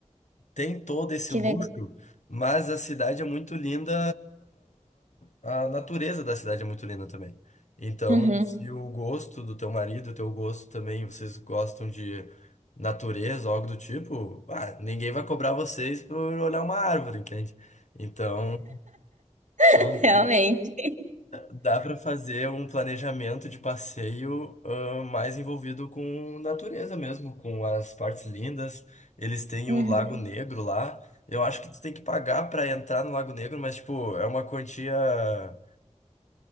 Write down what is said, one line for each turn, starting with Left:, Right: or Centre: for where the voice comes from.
Left: tem todo esse
Right: que
Left: luxo,
Right: legal.
Left: mas a cidade é muito linda, ah, a natureza da cidade é muito linda também. Então,
Right: Uhum.
Left: se o gosto do teu marido, o teu gosto também, vocês gostam de natureza, algo do tipo, ah, ninguém vai cobrar vocês por olhar uma árvore, entende? Então, então
Right: <laughs> Realmente.
Left: Dá para fazer um planejamento de passeio, ah, mais envolvido com natureza mesmo, com as partes lindas. Eles têm
Right: Uhum.
Left: o Lago Negro lá. Eu acho que tu tem que pagar para entrar no Lago Negro, mas tipo, é uma quantia,